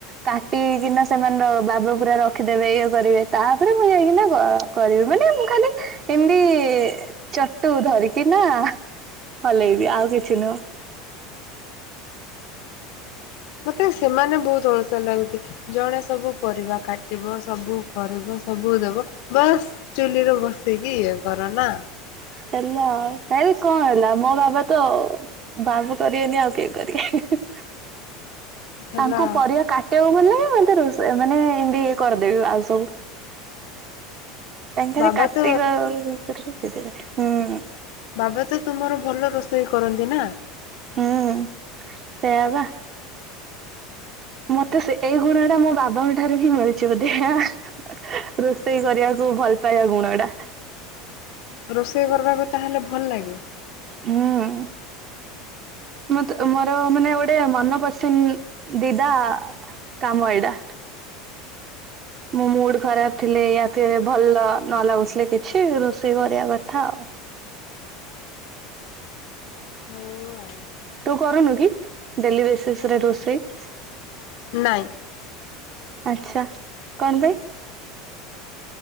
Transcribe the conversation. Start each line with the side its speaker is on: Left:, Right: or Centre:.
Right: କାଟି କିନା ସେମାନେ ର ବାବୁ ପୁରା ରଖିଦେବେ ଇଏ କରିବେ ତାପରେ ମୁଁ ଯାଇଁକିନା କ କରିବି ମାନେ ମୁଁ ଖାଲି ଇନ୍ଦି ଚଟୁ ଧରିକିନା ହଲେଇବି ଆଉ କିଛି ନୁହଁ।
Left: ମତେ ସେମାନେ ବୋହୁତ ଅଳସୁଆ ଲାଗତି ଜଣେ ସବୁ ପରିବା କା ଟିବ ସବୁ କରିବ ସବୁ ଦବ ବାସ୍ ଚୁଲିରେ ବସେଇକି ଇଏ କର ନା।
Right: ହେଲା କାଇଁ କଁ ହେଲା ମୋ ବାବା ତ ବାବୁ କରିବେନି ଆଉ କିଏ କରିବେ ହିଁ ହିଁ।
Left: ହେଲା
Right: ତାଙ୍କୁ ପରିବା
Left: ଆଉ
Right: କାଟିଆକୁ ଭଲ ଲାଗେ ମତେ ରୋଷେ ମାନେ ଇନ୍ଦି କରିଦେବି ଆଉ ସବୁ। ତାଙ୍କୁ
Left: ବାବା
Right: ଖାଲି କାଟିବା
Left: ତ
Right: ଆଉ ଇଏ କରିକି ଦେଇ ଦେବେ ମୁଁ
Left: ବାବା ତ ତୁମର ଭଲ ରୋଷେଇ କରନ୍ତି ନା।
Right: ହୁଁ ସେଇଆ ବା। ମତେ ସେ ଏଇ ଗୁଣଟା ମୋ ବାବାଙ୍କ ଠାରୁ ହିଁ ମିଳିଛି ବୋଧେ। ରୋଷେଇ କରିଆକୁ ଭଲପାଇବା ଗୁଣଟା।
Left: ରୋଷେଇ କରବାକୁ ତାହେଲେ ଭଲ୍ ଲାଗେ?
Right: ହଁ। ମତେ ମୋର ମାନେ ଗୋଟେ ମନପସନ୍ଦଦିଦା କାମ ଏଇଡା। ମୋ ମୁଡ୍ ଖରାପ ଥିଲେ ୟା ଫିର୍ ଭଲ ନ ଲାଗୁଥିଲେ କିଛି ରୋଷେଇ କରିଆ କଥା ଆଉ।
Left: ହଉ ଆଉ।
Right: ତୁ କରୁନୁ କି ଡେଲି ବେସିସରେ ରୋଷେଇ?
Left: ନାଇଁ।
Right: ଆଚ୍ଛା କଣ ପାଇଁ?